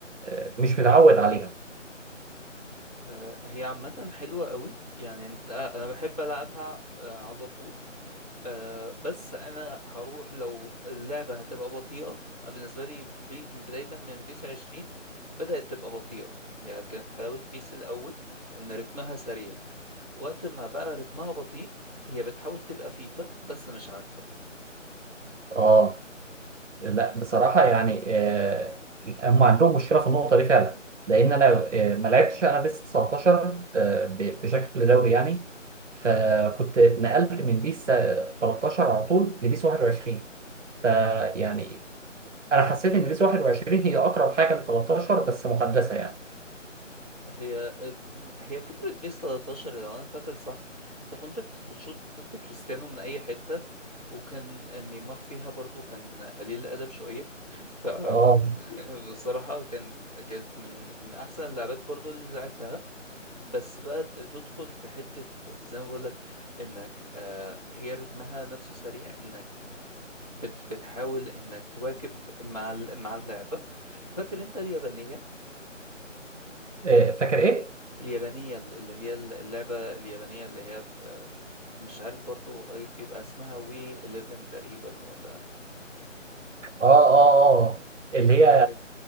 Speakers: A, on the right; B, on the left.
A: آه، مش متعود عليها
B: آه، هي عامة حلوة قوي يعني انت آه، انا بحب العبها آه، على طول أه بس انا هروح لو اللعبه هتبقى بطيئه أنا بالنسبه لي بي بدايه من بيس 20 بدات تبقى بطيئه هي كانت حلاوه بيس الاول ان رتمها سريع وقت ما بقى رتمها بطيء هي بتحاول تبقى فيفا بس مش عارفه
A: اه لا بصراحه يعني آه، هم عندهم مشكله في النقطه دي فعلا لان انا آه، ما لعبتش انا بيس 19 آه، ب- بشكل دوري يعني فكنت نقلت من بيس 13 على طول لبيس 21 فيعني انا حسيت ان بيس 21 هي اقرب حاجه ل 13 بس محدثه يعني
B: هي هي فكره بيس 13 لو انا فاكر صح انت كنت بت- بتشوط بكريستيانو من اي حته وكان نيمار فيها برضو كان قليل الادب شويه ف
A: اه
B: <laughs> بصراحة كانت كانت من من أحسن اللعبات برضو اللي لعبتها بس بقى بتدخل في حتة زي ما بقولك إنك آه هي رتمها نفسه سريع إنك بت بتحاول إنك تواكب مع ال- مع اللعبة فاكر أنت اليابانية
A: آه، فاكر ايه؟
B: اليابانية اللي هي اللعبة اليابانية اللي هي آه، مش عارف برضو آه، بيبقى اسمها وي 11 تقريبا ولا
A: اه اه اه اللي
B: اللي
A: هي
B: هي كانت